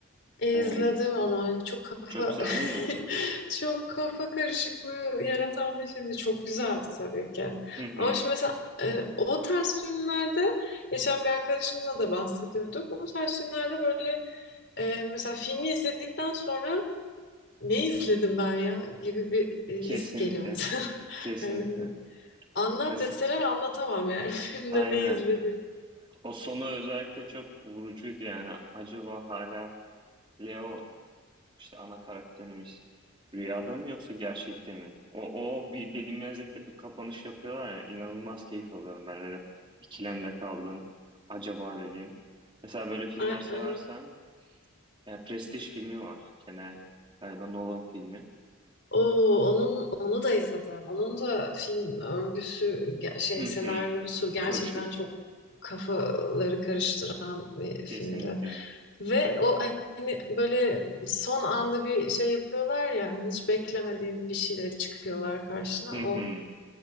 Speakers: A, on the left (about 55°); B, on the right (about 25°).
A: E,
B: Ee,
A: İzledim
B: iz-
A: onu. Çok kafa
B: çok güzel değil mi?
A: <laughs> çok kafa karışıklığı yaratan bir filmdi. Çok güzeldi tabii ki.
B: Hı hı.
A: Ama şimdi mesela e, o tarz filmlerde geçen bir arkadaşımla da bahsediyorduk. O tarz filmlerde böyle e, mesela filmi izledikten sonra ne izledim ben ya gibi bir e, his
B: Kesinlikle.
A: geliyor mesela. <laughs>
B: Kesinlikle.
A: Yani anlat
B: Mesela
A: deseler anlatamam yani <laughs> filmde
B: aynen.
A: ne izlediğimi.
B: O sonu özellikle çok vurucuydu yani. Acaba hala Leo İşte ana karakterimiz rüyada mı yoksa gerçekte mi? O, o bir bilinmezlikte bir kapanış yapıyorlar ya inanılmaz keyif alıyorum ben öyle ikilemde kaldım acaba dediğim. Mesela böyle filmler
A: Ay-
B: seversen
A: ay.
B: e, Prestige filmi var gene galiba Nolan filmi.
A: Oo, onun onu da izledim. Onun da film örgüsü ge- şey
B: Hı
A: senaryosu
B: hı.
A: gerçekten
B: Karışık
A: çok kafaları karıştıran bir
B: kesinlikle.
A: filmdi. Ve o hani böyle son anda bir şey yapıyorlar ya hani, hiç beklemediğin bir şeyle çıkıyorlar karşına.
B: Hı hı.
A: O